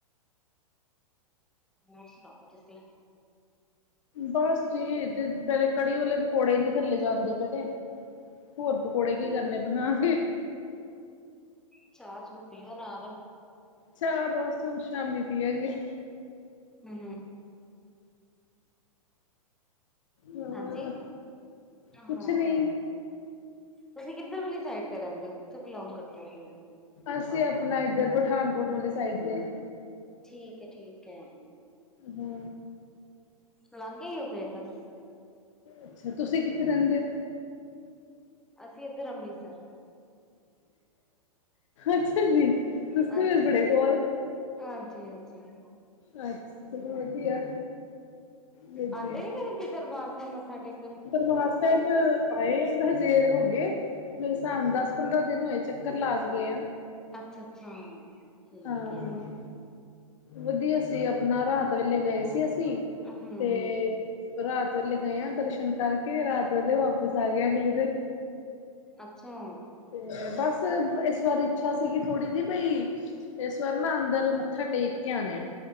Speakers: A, in the centre; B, on the left (about 55°).
A: ਹੋਰ ਸੁਣਾਓ ਤੁਸੀ
B: ਬਸ ਜੀ ਤ ਤੇਰੇ ਕੜੀ ਵਾਲੇ ਪਕੌੜੇ ਨਈ ਥੱਲੇ ਜਾਂਦੇ ਪੇ ਤੇ ਹੋਰ ਪਕੌੜੇ ਕੀ ਕਰਨੇ ਬਣਾ ਕੇ।
A: ਚਾਹ ਚੂ ਪੀਓ ਨਾਲ
B: ਚਾਹ ਬਸ ਹੁਣ ਸ਼ਾਮੀ ਪੀਆਂ ਗੇ।
A: ਹੂੰ
B: ਹਾਂ
A: ਹਾਂਜੀ ਹਾਂ।
B: ਕੁਛ ਨੀ
A: ਤੁਸੀ ਕਿੱਧਰ ਵਾਲੀ ਸਾਈਡ ਤੇ ਰੈਂਦੇ ਹੋ ਕਿੱਥੋਂ ਬਿਲੋਂਗ ਕਰਦੇ ਹੋ ਤੁਸੀ
B: ਅਸੀ ਆਪਣਾ ਇੱਧਰ ਪਠਾਨਕੋਟ ਵਾਲੀ ਸਾਈਡ ਤੇ
A: ਠੀਕ ਐ ਠੀਕ ਐ।
B: ਹੂੰ
A: ਲੱਗੇ ਈ ਓ ਫਿਰ ਤਾ ਤੁਸੀ
B: ਅੱਛਾ ਤੁਸੀ ਕਿੱਥੇ ਰੈਂਦੇ ਓ।
A: ਅਸੀਂ ਇੱਧਰ ਅੰਮ੍ਰਿਤਸਰ
B: ਅੱਛਾ ਜੀ। ਤੁਸੀਂ
A: ਹਾਂਜੀ-ਹਾਂਜੀ-ਹਾਂਜੀ-ਹਾਂਜੀ।
B: ਤੇ ਫਿਰ ਬੜੇ ਕੋਲ ਅੱਛਾ ਚਲੋ ਵਧੀਆ ਵਧੀਆ।
A: ਆਂਦੇ ਨੀ ਕਦੇ ਵੀ ਦਰਬਾਰ ਸਾਹਿਬ ਮੱਥਾ ਟੇਕ
B: ਦਰਬਾਰ ਸਾਹਿਬ ਆਏ ਆਂ ਸ ਫਿਰ ਹੋ ਗਏ ਮੇਰੇ ਹਿਸਾਬ ਨਾਲ ਦਸ ਪੰਦਰਾਂ ਦਿਨ ਹੋਏ ਚੱਕਰ ਲਾ ਕੇ ਗਏ ਆਂ।
A: ਅੱਛਾ-ਅੱਛਾ ਠੀਕ
B: ਹਾਂ।
A: ਐ।
B: ਵਧੀਆ ਸੀ ਆਪਣਾ ਰਾਤ ਵੇਲੇ ਗਏ ਸੀ ਅਸੀ
A: ਹੂੰ
B: ਤੇ ਰਾਤ ਵੇਲੇ ਗਏ ਆਂ ਦਰਸ਼ਨ ਕਰਕੇ ਰਾਤ ਵੇਲੇ ਵਾਪਿਸ ਆ ਗਏ ਆਂ ਅਗਲੇ ਦਿਨ
A: ਅੱਛਾ
B: ਤੇ ਬਸ ਇਸ ਵਾਰ ਇੱਛਾ ਸੀਗੀ ਥੋੜ੍ਹੀ ਜਿਹੀ ਬਈ ਤੇ ਏਸ ਵਾਰ ਨਾ ਅੰਦਰ ਮੱਥਾ ਟੇਕ ਕੇ ਆਂ ਨ